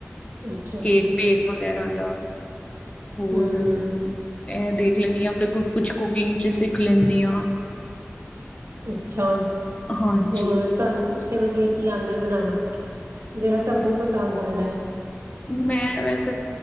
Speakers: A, on the right (about 70°); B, on the left (about 25°).
A: ਅੱਛਾ-ਅੱਛਾ,
B: ਕੇਕ ਬੇਕ ਵਗੈਰਾ ਦਾ ਹੋਰ,
A: ਹੂੰ-ਹੂੰ,
B: ਇਹ ਦੇ ਜਾਂਦੀ ਹੈ, ਤੇ ਕੁਛ ਕੁਕਿੰਗ ਚ ਸਿੱਖ ਲੈਂਦੀ ਆ।
A: ਅੱਛਾ,
B: ਹਾਂਜੀ
A: ਹੋਰ ਤੁਹਾਨੂੰ ਸਭ ਸ ਤੇ ਵਧੀਆ ਕੀ ਆਉਂਦਾ ਬਣਾਉਣਾ? ਜਿਹੜਾ ਸਭ
B: ਮੈਂ
A: ਨੂੰ ਪਸੰਦ ਆਉਂਦਾ।
B: ਮੈਂ ਵੈਸੇ